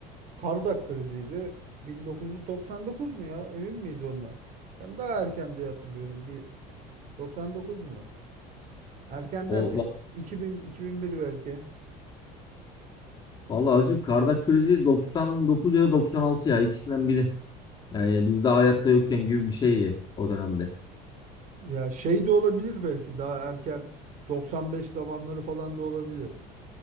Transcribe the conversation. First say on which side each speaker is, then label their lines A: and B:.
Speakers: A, on the right; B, on the left.
A: Kardak kriziydi. 1999 mu ya? Emin miyiz ondan? Ben daha erken diye hatırlıyorum. Bir 99 mu? Erken
B: O
A: derken
B: va-
A: 2000 2001 belki.
B: Vallahi hacı Kardak krizi 99 ya da 96 ya ikisinden biri. Yani biz de hayatta yokken gibi bir şeydi o dönemde.
A: Ya şey de olabilir belki daha erken 95 zamanları falan da olabilir.